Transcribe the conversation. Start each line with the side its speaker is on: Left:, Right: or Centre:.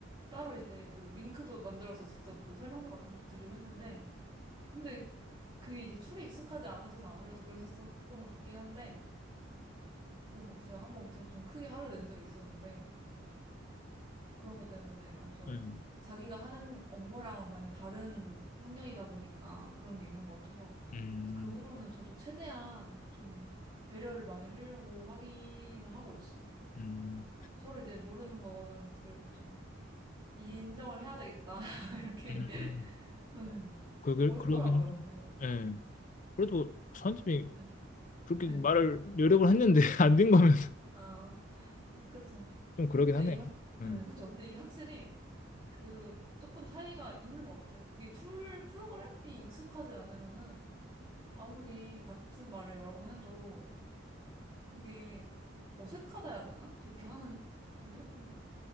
Right: 따로 이제 그 링크도 만들어서 직접 그 설명서 같은 것도 드리고 했는데, 근데 그게 이제 툴이 익숙하지 않으셔서 아무래도 그러셨던 것 같긴 한데, 그래서 막 제가 한 번 되게 좀 크게 화를 낸 적이 있었는데, 그런 것 때문에 약간 좀
Left: 음,
Right: 자기가 하는 업무랑은 많이 다른 환경이다 보니까 그런 게 있는 것 같아서
Left: 음,
Right: 그 후로는 저도 최대한 좀 배려를 많이 하려고 하기는 하고 있어요.
Left: 음,
Right: 서로 이제 모르는 거는 그래도 좀 인정을 해야 되겠다. <laughs> 이렇게.
Left: 음.
Right: 네.
Left: 그걸
Right: 어렵더라고요,
Left: 그러긴,
Right: 근데.
Left: 예.
Right: 음,
Left: 그래도 선집이
Right: 네.
Left: 그렇게
Right: 네.
Left: 말을 여러 번 했는데 <laughs> 안 된 거면
Right: 아, 그쵸.
Left: 좀 그러긴
Right: 근데
Left: 하네요.
Right: 이게 확,
Left: 음,
Right: 네, 그쵸. 근데 이게 확실히 그 조금 차이가 있는 것 같아요. 그게 툴 프로그램이 익숙하지 않으면은 아무리 같은 말을 여러 번 해도 그게 어색하다 해야 되나? 그렇게 하는 게? 그래서